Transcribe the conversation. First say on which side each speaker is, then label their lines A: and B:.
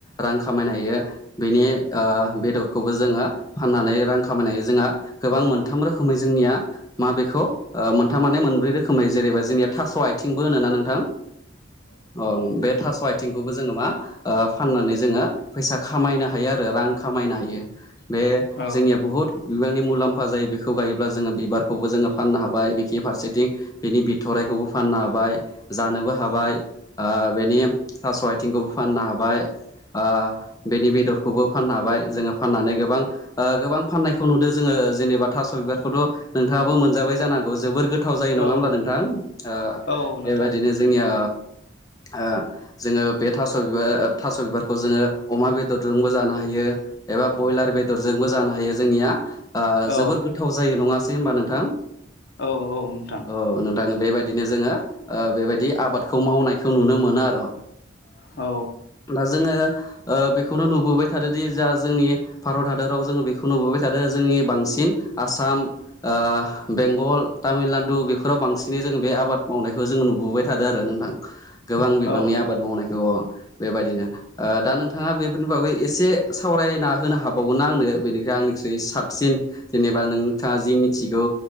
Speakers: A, on the left (about 20°); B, on the left (about 65°).
A: रां खामायनो हायो बेनि ओ बेदरखौबो जोङो फाननानै रां खामायनाय जोंहा गोबां मोनथाम रोखोमै जोंनिया मा बेखौ ओ मोनथाम माने मोनब्रै रोखोमै जेरैबा जोंनिया थास' आथिंबो होनो ना नोंथां। ओं बे थास' आइथिंखौबो जोङो मा फाननानै जोङो फैसा खामायनो हायो आरो रां खामायनो हायो बे
B: औ
A: जोंनिया बुहुत बिबांनि मुलाम्फा जायो बेखौ गायोब्ला जोङो बिबार खौबो जोङो फाननो हाबाय बिखि फारसेथिं बिनि बिथररायखौबो फाननो हाबाय जानोबो हाबाय ओ बेनि थास' आथिंखौबो फाननो हाबाय ओ बेनि बेदरखौबो फाननो हाबाय जोङो फाननानै गोबां ओ गोबां फाननायखौ नुदों जोङो। ओ जेनेबा थास' बिबारखौथ' नोंथाङाबो मोनजाबाय जानो हागौ जोबोर गोथाव जायो नङा
B: औ
A: होमब्ला नोंथां ओ
B: औ नोंथां
A: बेबायदिनो जोंनिया
B: <inaudible> <unintelligible>
A: ओ जोङो बे थास' बिबार थास' बिबारखौ जोङो अमा बेदरजोंबो जानो हायो। एबा ब्रयलार बेदरजोंबो जानो हायो जोंनिया ओ
B: औ
A: जोबोर गोथाव जायो नङास दे होनोमबा नोंथां।
B: औ नोंथां
A: ओ औ नोंथां बेबायदिनो जोङो बेबायदि आबादखौ मावनायखौ नुनो मोना आर ओ
B: औ
A: दा जोङो ओ बेखौनो नुबोबाय थादोंदि जा जोंनि भारत हादराव जोङो बेखौ नुबोबाय थादों आरो जोंनि बांसिन आसाम ओ बेंगल तामिलनाडु बेफोराव बांसिनै जोङो बे आबाद मावनायखौ जों नुबोबाय थादों आरो नोंथां गोबां
B: औ
A: बिबांनि आबाद मावनायखौ अ बेबायदिनो ओ दा नोंथाङा बेफोरनि बागै एसे एसे सावरायना होनो हाबावगोना आंनो बेनिख आंनिखुइ साबसिन जेनेबा नोंथाङा जि मिथिगौ